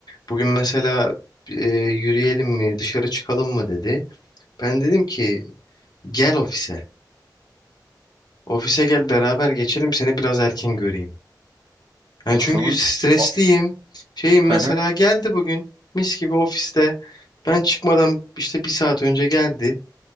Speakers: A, on the left (about 65°); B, on the right (about 80°).
A: Bugün mesela e, yürüyelim mi, dışarı çıkalım mı dedi. Ben dedim ki gel ofise. Ofise gel beraber geçelim seni biraz erken göreyim. Yani
B: E,
A: çünkü
B: tamam.
A: stresliyim.
B: A-
A: Şeyim mesela
B: Hı hı.
A: geldi bugün mis gibi ofiste. Ben çıkmadan işte bir saat önce geldi.